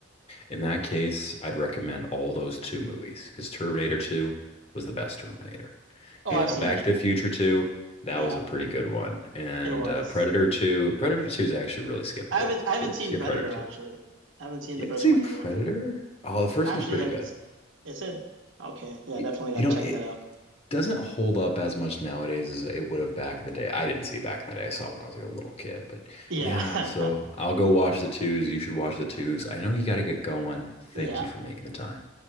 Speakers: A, on the left; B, on the right.
A: In that case, I'd recommend all those two movies because Terminator 2 was the best Terminator.
B: Oh,
A: You
B: I've
A: know,
B: seen
A: Back
B: it.
A: to the Future 2, that
B: Yeah,
A: was a pretty good one. And
B: it was.
A: uh, Predator 2, Predator 2 is actually really skippable.
B: I haven't I haven't
A: Skip,
B: seen
A: skip
B: Predator
A: Predator 2.
B: actually. I haven't seen
A: You
B: the
A: haven't
B: first
A: seen
B: one
A: Predator?
B: either.
A: Oh, the first
B: I actually
A: one's pretty
B: haven't.
A: good.
B: s- Is it? Okay. Yeah,
A: Y-
B: definitely
A: You
B: got to
A: know,
B: check
A: it
B: that out.
A: doesn't hold up as much nowadays as it would have back in the day. I didn't see it back in the day. I saw it when I was like a little kid. But
B: Yeah.
A: yeah,
B: <laughs>
A: so I'll go watch the twos. You should watch the twos. I know you got to get going.
B: Yeah.
A: Thank you for making the time.